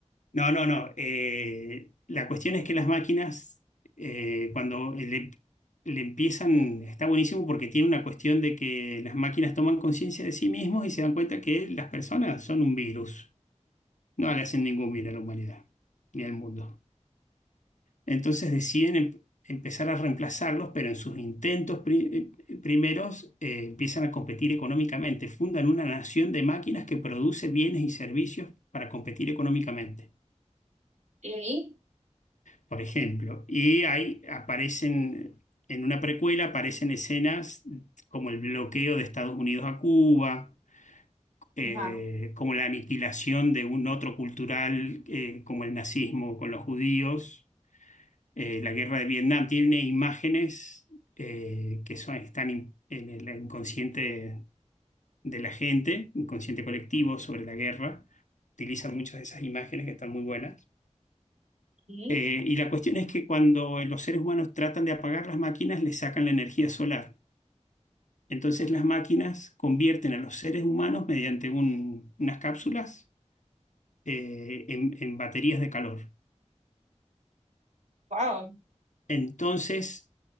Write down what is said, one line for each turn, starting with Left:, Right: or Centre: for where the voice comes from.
Left: no, no, no. eh, la cuestión es que las máquinas, eh, cuando le, le empiezan, está buenísimo porque tiene una cuestión de que las máquinas toman conciencia de sí mismos y se dan cuenta que las personas son un virus. No le hacen ningún bien a la humanidad ni al mundo. Entonces deciden em- empezar a reemplazarlos, pero en sus intentos pri- eh, eh, primeros eh, empiezan a competir económicamente. Fundan una nación de máquinas que produce bienes y servicios para competir económicamente,
Right: ¿Y?
Left: por ejemplo. Y ahí aparecen, en una precuela, aparecen escenas como el bloqueo de Estados Unidos a Cuba. eh,
Right: Ajá.
Left: como la aniquilación de un otro cultural, eh, como el nazismo con los judíos, eh, la guerra de Vietnam, tiene imágenes eh, que son, están in- en el inconsciente de la gente, inconsciente colectivo sobre la guerra. Utilizan muchas de esas imágenes que están muy buenas.
Right: ¿Y?
Left: Eh, y la cuestión es que cuando los seres humanos tratan de apagar las máquinas, les sacan la energía solar. Entonces las máquinas convierten a los seres humanos mediante un- unas cápsulas eh, en en baterías de calor.
Right: Wow.
Left: Entonces